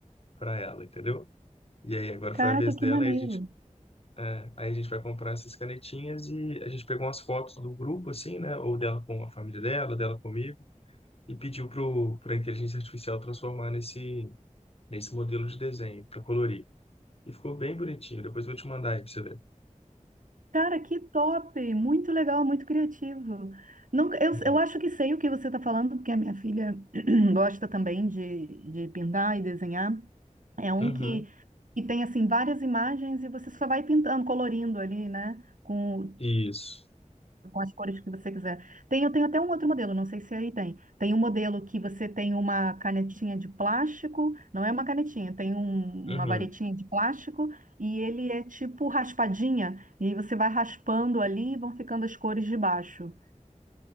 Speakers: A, on the left (about 50°); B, on the right (about 80°).
A: para ela, entendeu? E aí agora
B: Caraca,
A: foi a vez
B: que
A: dela
B: maneiro.
A: e a gente, é, aí a gente vai comprar essas canetinhas e a gente pegou umas fotos do grupo, assim, né? Ou dela com a família dela, dela comigo, e pediu pro, pra inteligência artificial transformar nesse, nesse modelo de desenho para colorir. E ficou bem bonitinho. Depois eu vou te mandar aí pra você ver.
B: Cara, que top! Muito legal, muito criativo. Nunca, eu,
A: É.
B: eu acho que sei o que você está falando, porque a minha filha <clears throat> gosta também de, de pintar e desenhar. É um
A: Uhum.
B: que, que tem assim várias imagens e você só vai pintando, colorindo ali, né? Com,
A: Isso.
B: com as cores que você quiser. Tem, eu tenho até um outro modelo, não sei se aí tem. Tem um modelo que você tem uma canetinha de plástico, não é uma canetinha, tem um-
A: Uhum.
B: uma varetinha de plástico e ele é tipo raspadinha, e aí você vai raspando ali e vão ficando as cores de baixo.